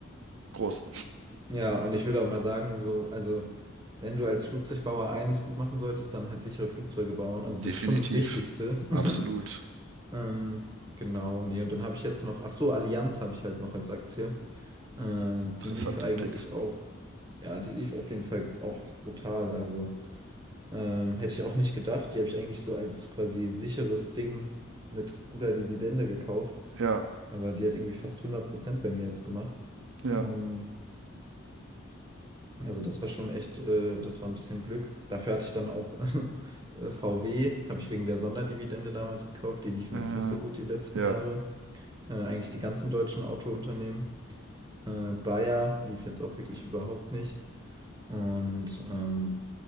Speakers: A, on the right (about 70°); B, on the right (about 20°).
A: groß.
B: Ja, und ich würde auch mal sagen, so, also wenn du als Flugzeugbauer eines gut machen solltest, dann halt sichere Flugzeuge bauen. Also das
A: Definitiv.
B: ist schon das Wichtigste. <laughs>
A: Absolut
B: Ähm, genau, nee, und dann habe ich jetzt noch, ach so, Allianz habe ich halt noch als Aktie. Äh, die
A: interessanter
B: lief eigentlich
A: Pick.
B: auch, ja, die lief auf jeden Fall auch brutal. Also ähm, hätte ich auch nicht gedacht. Die habe ich eigentlich so als quasi sicheres Ding mit guter Dividende gekauft.
A: Ja,
B: Aber die hat irgendwie fast hundert Prozent bei mir jetzt gemacht.
A: ja,
B: Mm, Also das war schon echt, äh, das war ein bisschen Glück. Dafür hatte ich dann auch <laughs> äh, VW, habe ich wegen der Sonderdividende damals gekauft. Die liefen
A: äh,
B: jetzt nicht so gut die letzten
A: ja,
B: Jahre. Äh, eigentlich die ganzen deutschen Autounternehmen. Äh, Bayer lief jetzt auch wirklich überhaupt nicht. Und ähm,